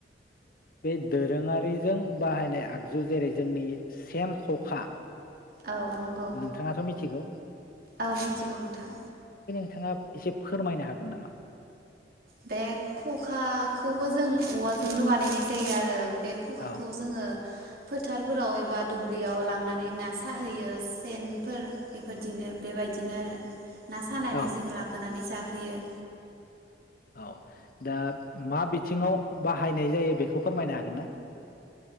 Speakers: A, on the left; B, on the right.
A: बे दोरोङारिजों बाहायनाय आगजु जेरै जोंनि सेन खखा
B: औ नंगौ
A: नोंथाङाथ' मिथिगौ
B: औ मिथिगौ नोंथां
A: बिथाङा एसे फोरमायनो हागोन नामा?
B: बे खखाखौबो जों औवाजोंनो बानायनाय जायो आरो बे खखाखौ
A: औ
B: जोङो फोथारफोराव एबा दुब्लियाव लांनानै ना साहैयो सेनफोर बेफोरदिनो बेबायदिनो आरो ना सानानै
A: औ
B: जोंङो लाबोनानै जा फैयो
A: औ दा मा बिथिङाव बाहायनाय जायो बेखौ फोरमायनो हागोन ना?